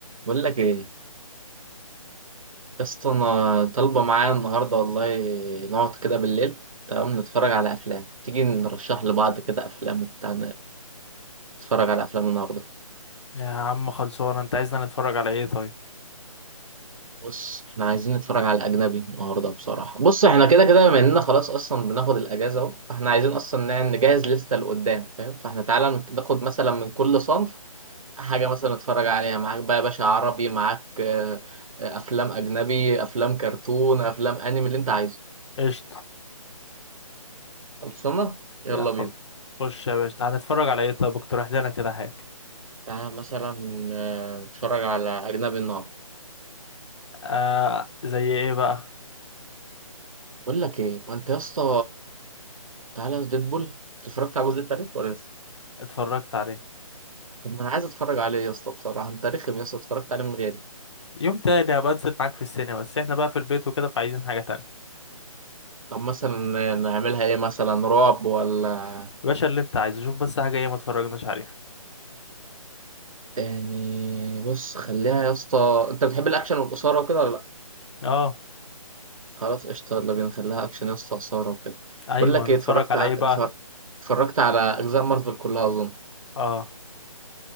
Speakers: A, on the right; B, on the left.
A: بقول لك ايه يا اسطى انا طالبه معايا النهارده والله نقعد كده بالليل تمام نتفرج على افلام تيجي نرشح لبعض كده افلام وبتاع نتفرج على افلام النهارده
B: يا عم خلصونا انت عايزنا نتفرج على ايه طيب
A: بص احنا عايزين نتفرج على اجنبي النهارده بصراحه بص احنا كده كده بما اننا خلاص اصلا بناخد الاجازه اهو فاحنا عايزين اصلا نع- نجهز لسته لقدام فاهم فاحنا تعالى ناخد مثلا من كل صنف حاجه مثلا نتفرج عليها معاك بقى يا باشا عربي معاك آه، آه، افلام اجنبي افلام كرتون افلام انمي اللي انت عايزه
B: قشطة
A: خلصانه يلا
B: يا خلص
A: بينا
B: خش يا باشا تعال نتفرج على ايه طيب اقترح لنا كده حاجة
A: تعالى مثلا آه، نتفرج على أجنبي النهاردة
B: آه زي ايه بقى
A: بقول لك إيه ما أنت يا اسطى تعالى ديدبول أنت اتفرجت على الجزء التالت ولا لسه؟
B: اتفرجت عليه
A: طب ما أنا عايز أتفرج عليه يا اسطى بصراحة أنت رخم يا اسطى اتفرجت عليه من غيري
B: يوم تاني هبقى انزل معاك في السينما بس احنا بقى في البيت وكده فعايزين حاجة تانية
A: طب مثلا آه، نعملها إيه مثلا رعب ولا
B: يا باشا اللي انت عايزه شوف بس حاجة ايه ما اتفرجناش عليها
A: يعني بص خليها يا اسطى أنت بتحب الأكشن والإثارة وكده ولا لأ؟
B: اه
A: خلاص قشطة يلا بينا نخليها أكشن يا اسطى إثارة وكده
B: ايوه
A: بقول لك
B: نتفرج
A: إيه اتفرجت
B: على
A: على
B: ايه بقى
A: اتفر- اتفرجت على أجزاء مارفل كلها أظن
B: اه